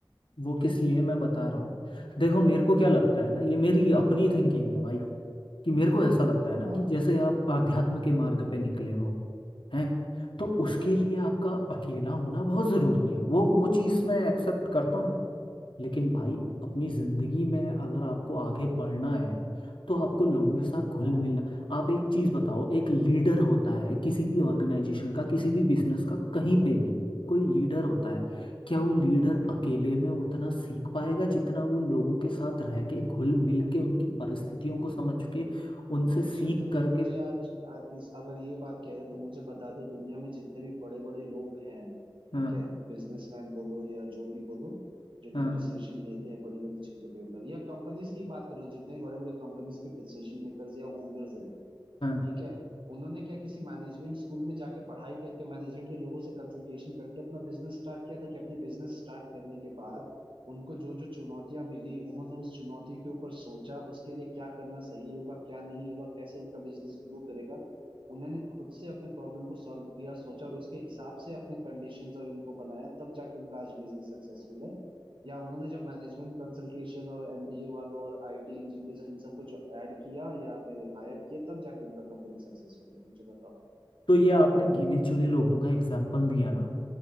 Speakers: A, on the left; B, on the right.
A: वो किस लिए मैं बता रहा हूँ देखो मेरे को क्या लगता है ना ये मेरी अपनी थिंकिंग है भाई कि मेरे को ऐसा लगता है ना
B: हाँ
A: कि जैसे आप आध्यात्म के मार्ग पे निकले हो हैं तो उसके लिए आपका अकेला होना बहुत ज़रूरी है वो वो चीज़ मैं एक्सेप्ट करता हूँ लेकिन भाई अपनी जिंदगी में अगर आपको आगे बढ़ना है तो आपको लोगों के साथ घुल
B: हाँ
A: मिलना आप एक चीज बताओ एक लीडर होता है किसी भी ऑर्गेनाइजेशन का किसी भी बिजनेस का कहीं पे भी कोई लीडर होता है क्या वो लीडर अकेले में उतना सीख पाएगा जितना वो लोगों के साथ रह के घुल मिल के उनकी परिस्थितियों को समझ के उनसे
B: अच्छा
A: सीख
B: तो
A: करके
B: तुम मुझे आज, आज इस अगर ये बात कह रहे हो तो मुझे बता दो दुनिया में जितने भी बड़े बड़े लोग हैं
A: हाँ
B: ठीक है बिजनेसमैन बोलो या जो भी बोलो जो
A: हाँ
B: कि डिसीजन लेते हैं बड़ी बड़ी चीजों के ऊपर या कंपनीज की बात करो जितने भी बड़े बड़े कंपनीज के डिसीजन मेकर्स या ओनर्स
A: हाँ
B: ठीक है उन्होंने क्या किसी मैनेजमेंट स्कूल में जाके पढ़ाई करके मैनेजमेंट के लोगों से कंसल्टेशन करके अपना बिजनेस स्टार्ट किया था कि अपने बिजनेस स्टार्ट करने के बाद उनको जो जो चुनौतियां मिली उन्होंने उस चुनौती के ऊपर सोचा उसके लिए क्या करना सही होगा क्या नहीं होगा कैसे उनका बिजनेस ग्रो करेगा उन्होंने खुद से अपने प्रॉब्लम को सॉल्व किया सोचा और उसके हिसाब से अपने कंडीशंस और इनको बनाया तब जाके उनका आज बिजनेस सक्सेसफुल है या उन्होंने जब मैनेजमेंट कंसल्टेशन और एमबीए वालों और आईटी इंजीनियर इन सबको जो ऐड किया या फिर हायर किया तब जाके उनका कंपनी सक्सेसफुल है मुझे बताओ
A: तो ये आपने गिने चुने लोगों का एग्जाम्पल दिया ना